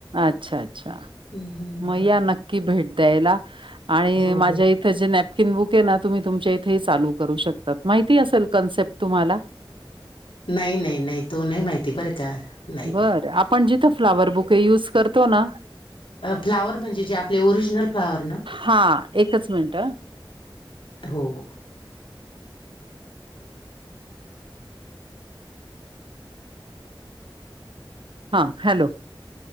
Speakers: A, on the right; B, on the left.
A: अच्छा अच्छा
B: हम्म, हम्म.
A: मग
B: हम्म.
A: या नक्की भेट द्यायला आणि
B: हो
A: माझ्या इ थ जे नॅपकिन बुके ना तुम्ही तुमच्या इथेही चालू करू शकतात माहिती असेल कन्सेप्ट तुम्हाला. <inaudible>
B: नाही नाही नाही तो नाही माहिती बरं का. नाही
A: बर
B: नाही
A: आपण जिथं फ्लावर बुके युज करतो ना.
B: फ्लावर म्हणजे जे आपले ओरिजिनल फ्लोवर ना?
A: हा एकच मिनट
B: हो हो
A: हां हॅलो